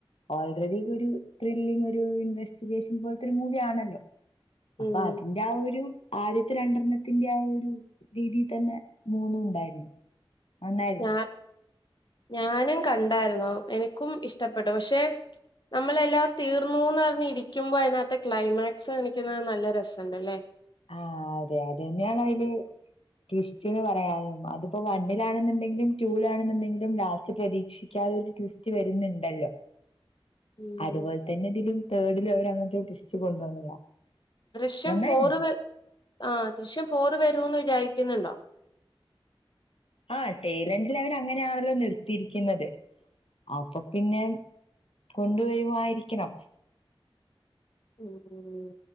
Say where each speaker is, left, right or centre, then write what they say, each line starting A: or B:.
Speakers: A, on the left; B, on the left.
A: ഓൾറെഡി ഒരു ത്രില്ലിങ് ഒരു ഇൻവെസ്റ്റിഗേഷൻ പോലത്തെരു മൂവി ആണല്ലോ അപ്പ
B: ഉം
A: അതിന്റെ ആ ഒരു ആദ്യത്തെ രണ്ടെണ്ണത്തിന്റെ ആ ഒരു രീതി തന്നെ മൂന്നും ഉണ്ടായിരുന്നു നന്നായിരുന്നു.
B: ഞ ഞാനും കണ്ടായിരുന്നു എനിക്കും ഇഷ്ടപ്പെട്ടു പക്ഷെ നമ്മളെല്ലാം തീർന്നൂന്ന് പറഞ് ഇരിക്കുമ്പോ അതിനകത്തെ ക്ലൈമാക്സ് കാണിക്കുന്നത് നല്ല രസണ്ടല്ലേ
A: ആഹ് അതെ അതെന്നെയണയില് ട്വിസ്റ്റ്‌ന്ന് പറയാനും അതിപ്പോ വണ്ണിലാണെന്നുണ്ടെങ്കിലും ടൂലാണെന്നുണ്ടെങ്കിലും ലാസ്റ്റ് പ്രതീക്ഷിക്കാതെ ട്വിസ്റ്റ് വരുന്നുണ്ടല്ലോ
B: <inaudible> ഉം
A: അതുപോലെ തന്നെ ഇതിലും തേഡിലും അവര് അങ്ങനത്തൊരു ട്വിസ്റ്റ് കൊണ്ടുവന്നതാ
B: ദൃശ്യം
A: നന്നായിരുന്നു.
B: ഫോറ് വ ആ ദൃശ്യം ഫോർ വരൂന്ന് വിചാരിക്കുന്നുണ്ടോ
A: ആ ടൈലെന്റിൽ അവരങ്ങനെയാണല്ലോ നിർത്തിയിരിക്കുന്നത് അപ്പൊ പിന്നെ കൊണ്ടുവരുമായിരിക്കണം
B: ഉം ഉം